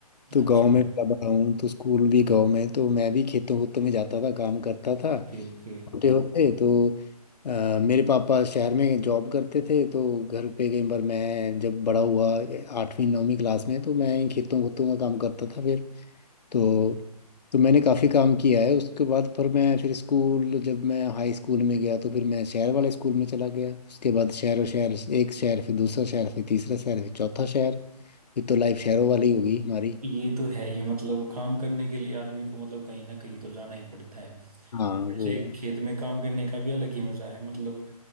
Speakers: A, on the left (about 85°); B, on the right (about 65°).
A: तो
B: अच्छा
A: गांव में बड़ा बड़ा हूँ तो स्कूल भी गांव में तो मैं भी खेतों खूतों में जाता था काम करता था
B: ओके
A: छोटे होते तो अ, मेरे पापा शहर में जॉब करते थे तो घर पे कई बार मैं जब बड़ा हुआ आठवीं नौवीं क्लास में तो मैं ही खेतों खूतों का काम करता था फिर तो
B: ओके
A: तो मैंने काफ़ी काम किया है उसके बाद फिर मैं फिर स्कूल जब मैं हाई स्कूल में गया तो फिर मैं शहर वाले स्कूल में चला गया उसके बाद शहर और शहर एक शहर फिर दूसरा शहर फिर तीसरा शहर फिर चौथा शहर फिर तो लाइफ शहरों वाली हो गई हमारी
B: ये तो है ये मतलब काम करने के लिए आदमी को मतलब कहीं ना कहीं तो जाना ही पड़ता है
A: हाँ
B: वैसे
A: वो है
B: खेत में काम करने का भी अलग ही मजा है मतलब